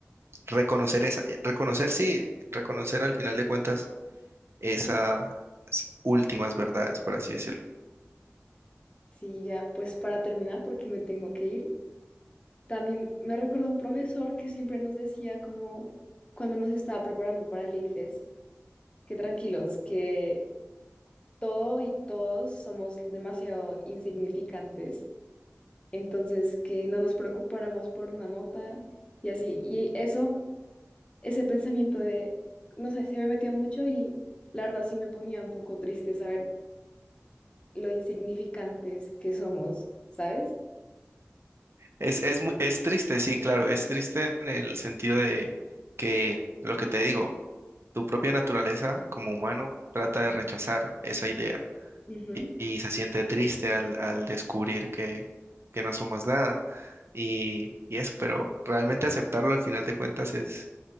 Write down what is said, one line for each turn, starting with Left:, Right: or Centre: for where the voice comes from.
Right: Reconocer esa, eh, reconocer, sí, reconocer al final de cuentas esas últimas verdades, por así decirlo.
Left: sí, ya pues para terminar, porque me tengo que ir. También me recuerda un profesor que siempre nos decía como cuando nos estaba preparando para el ICFES, que tranquilos, que todo y todos somos demasiado insignificantes, entonces que no nos preocupáramos por una nota y así. Y eso ese pensamiento de, no sé, se me metió mucho y la verdad sí me ponía un poco triste saber lo insignificantes que somos, ¿sabes?
Right: Es, es, mu- es triste, sí, claro, es triste en el sentido de que lo que te digo, tu propia naturaleza como humano trata de rechazar esa idea
Left: Ujú.
Right: y, y se siente triste al, al descubrir que, que no somos nada y, y eso, pero realmente aceptarlo al final de cuentas es